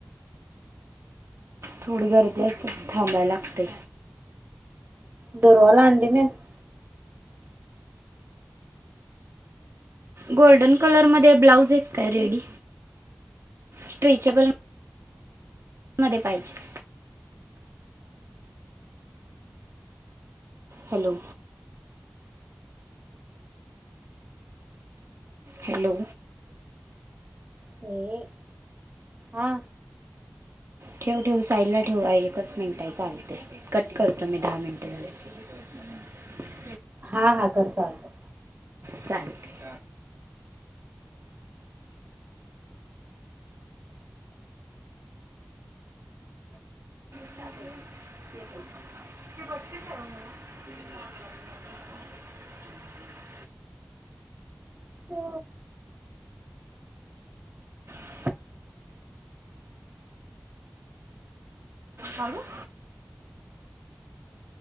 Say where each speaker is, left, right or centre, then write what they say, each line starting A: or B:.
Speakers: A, on the right; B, on the right.
A: थोडी गर्दी असते. थांबायला लागतय.
B: दुरवाला आणंडी नाहीस..
A: गोल्डन कलर मध्ये ब्लाऊज य काय रेडी स्ट्रेचेबल. मध्ये पाहिजे. हॅलो. हॅलो.
B: ह हा.
A: ठेव-ठेव साईडला ठेवू एकच मिनट आहे चालतय कट करतो मी दहा मिनिट झाले. ह.
B: हा हा कर चालतय.
A: चालतय. <unintelligible> <unintelligible> <unintelligible> ते बसते का, ओ मला? <unintelligible> <unintelligible>
B: <unintelligible> हा
A: <inaudible>
B: आ.
A: हळू <unintelligible>